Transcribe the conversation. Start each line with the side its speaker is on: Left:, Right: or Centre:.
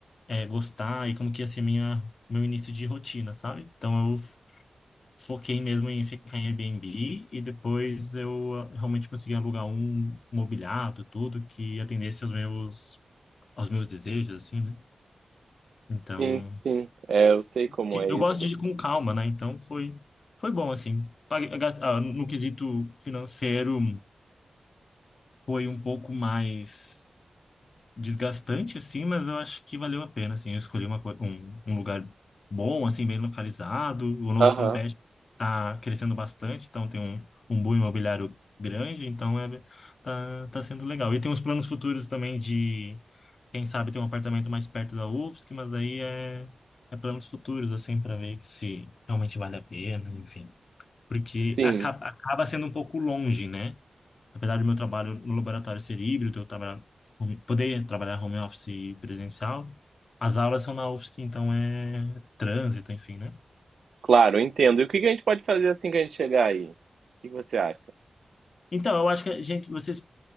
Left: é, gostar e como que ia ser minha, meu início de rotina, sabe? Então eu foquei mesmo em ficar em Airbnb e depois eu ah, realmente consegui alugar um mobiliado, tudo que atendesse aos meus aos meus desejos assim, né? Então,
Right: Sim, sim. É, eu sei como
Left: ti-
Right: é
Left: eu
Right: isso.
Left: gosto de ir com calma, né? Então foi foi bom assim. Paguei- gas- ah, no quesito financeiro foi um pouco mais desgastante, assim, mas eu acho que valeu a pena, assim. Eu escolhi uma, coi- um, um lugar bom, assim, bem localizado. O Novo
Right: Aham.
Left: Campeche tá crescendo bastante, então tem um, um boom imobiliário grande, então é, tá, tá sendo legal. E tem uns planos futuros também de, quem sabe, ter um apartamento mais perto da UFSC, mas aí é, é planos futuros, assim, para ver se realmente vale a pena, enfim. Porque
Right: Sim.
Left: acaba, acaba sendo um pouco longe, né? apesar do meu trabalho no laboratório ser híbrido, eu trabalhar, home- poder trabalhar home office e presencial, as aulas são na UFSC, então é trânsito, enfim, né?
Right: Claro, eu entendo. E o que que a gente pode fazer assim que a gente chegar aí? O que que você acha?
Left: Então, eu acho que a gente, vocês,